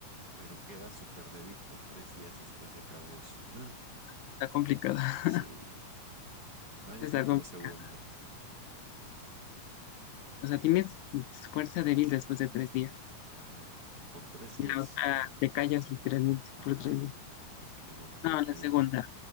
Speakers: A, on the right; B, on the left.
A: pero queda súper débil por tres días después de cada uso. <gasps>
B: está complicado,
A: Sí.
B: <laughs>
A: No, yo
B: está
A: creo que
B: complicado.
A: lo segundo.
B: O sea, tienes fuerza débil después de tres días
A: Ajá. Por tres días.
B: y la otra te callas literalmente
A: Ajá,
B: por tres días.
A: no es que yo no me puedo
B: No,
A: callar.
B: la segunda,